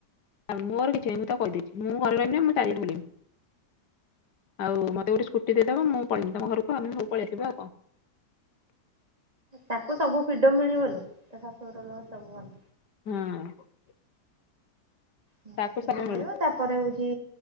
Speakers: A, on the left; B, on the right.
A: ଆଉ ମୋର କିଛିନାହିଁ ମୁ ତାକୁ କହିଦେଇଛି ମୁଁ ଘରେ ରହିବିନି ମୁଁ ଚାରି ଆଡ଼େ ବୁଲିବି। ଆଉ ମତେ ଗୋଟେ ସ୍କୁଟି ଦେଇଦବ ମୁଁ ପଳେଇମି ତମ ଘରକୁ ଆମେ ସବୁ ପଲେଈଆସିବା ଆଉ କଣ।
B: ତାକୁ ସବୁ ଫ୍ରିଡମ ମିଳିିବ ଲୋ ତା ଶାଶୁଘର ଲୋକ ସବୁ ଭଲ।
A: ହଁ।
B: ହ
A: ତାକୁ
B: ଫ୍ରିଡମ
A: ସବୁ ମିଳୁ
B: ମିଳିବ ତାପରେ ହଉଛି